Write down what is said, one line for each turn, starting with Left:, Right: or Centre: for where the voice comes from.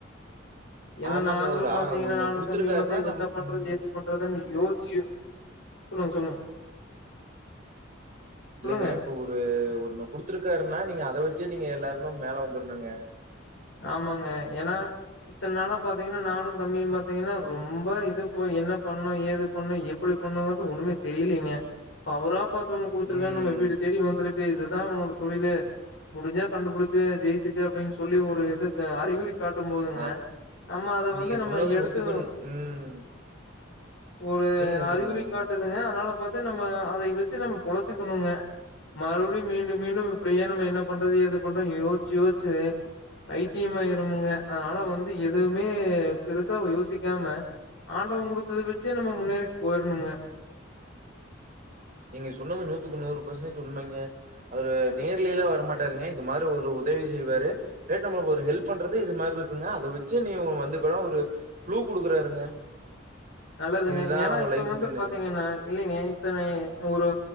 Left: ஏன்னா
Right: ஆமாங்க
Left: நாங்களு
Right: ஒரு
Left: பாத்தீங்கன்னா
Right: ஆ ஒண்ணு
Left: நானு
Right: குடுத்துருக்காருன்னா
Left: தம்பி பாத்தா
Right: நம்
Left: என்ன பண்றது
Right: ம்
Left: ஏது பண்றதுன் யோச்சு யோ சொல்லுங்க சொல்லுங்க
Right: இல்லங்க
Left: சொல்லுங்க
Right: இப்ப ஒரு ஒன்னு குடுத்துருக்காருன்னா நீங்க அத வச்சே நீங்க எல்லாருமே மேல வந்துருணுங்க
Left: ஆமாங்க ஏன்னா இத்தனாலா பாத்தீங்கன்னா நானு தம்பியு பாத்தீங்கன்னா ரொம்ப இது போய் என்ன பண்ணு ஏது பண்ணு ப்படி பண்ணுங்கது ஒன்னுமே தெரியலீங்க அவரா பாத்து ஒன்னு குடுத்துருக்காரு
Right: ம்
Left: நம்ம வீடு தேடி வந்துருக்கு ட்டு இதுதா உ தொழிலு முடிஞ்சா கண்டுபிடிச்சு ஜெயிச்சுக்க அப்டின்னு சொல்லி ஒ இதுக்கு அறிகுறி காட்டும் போதுங்க
Right: ஆ
Left: நம்ம அத
Right: நீங்க
Left: வந்து நம்ம
Right: சொன்னது
Left: எடுத்து
Right: நூத்துக்கு நூ- ம்
Left: ஒரு
Right: சொல்லுங்க
Left: நா
Right: சொல்லுங்க
Left: அறிகுறி காட்டுதுங்க அதனால பாத்து நம்ம அத வச்சு நம்ம பொழச்சுக்கணுங்க மறுபடியு மீண்டு மீண்டு இப்டியே நம்ம என்ன பண்றது ஏது பண்றதுன் யோசிச்சு யோசிச்சு பைத்தியமா ஆயிருமுங்க அதனால வந்து எதுமே பெருசா யோசிக்காம ஆண்டவ குடுத்தத வெச்சு நம்ம முன்னேறிட்டு போயிரணுங்க
Right: நீங்க சொன்னது நூத்துக்கு நூறு பர்சன்டேஜ் உண்மைங்க அவரு நேர்லல்லா வரமாட்டாருங்க இது மாரி ஒரு உதவி செய்வாரு ரேட் நம ஒரு ஹெல்ப் பண்றது இது மாரி இருக்குங்க அத வச்சு நீங்க வந்து கூட ஒரு க்ளூ குடுக்குறாருங்க
Left: நல்லதுங்க
Right: இதுதா
Left: ஏன்னா
Right: உ
Left: இப்ப
Right: லைஃபுக்குன்னு
Left: வந்து பாத்தீங்கன்னா இல்லைங்க இத்தனை ஒரு